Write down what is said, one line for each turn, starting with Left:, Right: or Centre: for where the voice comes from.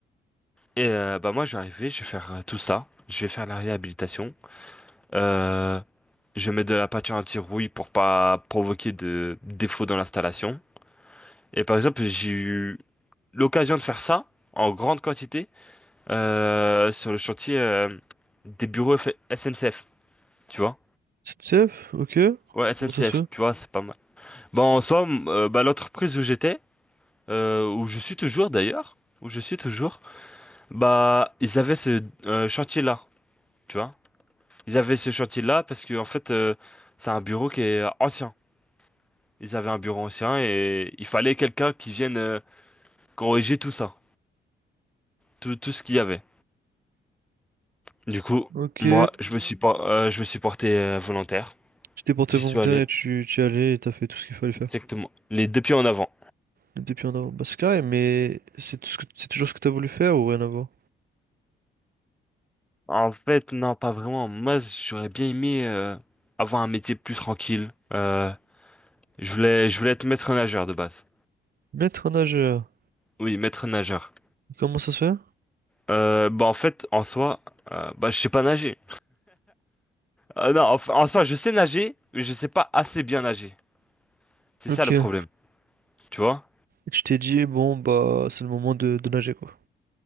Centre: Et euh, bah moi je vais arriver, je vais faire euh, tout ça, je vais faire la réhabilitation, euh, je mets de la peinture anti-rouille pour pas provoquer de défauts dans l'installation. Et par exemple j'ai eu l'occasion de faire ça en grande quantité euh, sur le chantier euh, des bureaux F- SNCF, tu vois?
Right: chef Ok.
Centre: Ouais SNCF,
Right: Comment ça se fait?
Centre: tu vois c'est pas mal. Bon en somme, euh, bah l'entreprise où j'étais, euh, où je suis toujours d'ailleurs, où je suis toujours, bah ils avaient ce euh, chantier-là. tu vois Ils avaient ce chantier-là parce que en fait, euh, c'est un bureau qui est ancien. Ils avaient un bureau ancien et il fallait quelqu'un qui vienne euh, corriger tout ça, tout, tout ce qu'il y avait. Du coup,
Right: Ok.
Centre: moi, je me suis por- euh, je me suis porté euh, volontaire.
Right: Tu t'es porté
Centre: J'y
Right: volontaire
Centre: suis allé,
Right: et tu, tu y allais et t'as fait tout ce qu'il fallait faire.
Centre: exactement, les deux pieds en avant.
Right: Depuis en avant. Bah, c'est carré, mais c'est tout ce que, c'est toujours ce que t'as voulu faire ou rien à voir?
Centre: En fait, non, pas vraiment. Moi, j'aurais bien aimé euh, avoir un métier plus tranquille. Euh, je voulais, je voulais être maître nageur de base.
Right: Maître nageur.
Centre: Oui, maître nageur.
Right: Comment ça se fait?
Centre: Euh, bah en fait, en soi, euh, bah je sais pas nager. Euh, non, enfin, en soi, je sais nager, mais je sais pas assez bien nager. C'est
Right: Ok.
Centre: ça le
Right: Et
Centre: problème, tu vois?
Right: tu t'es dit, bon, bah, c'est le moment de, de nager, quoi.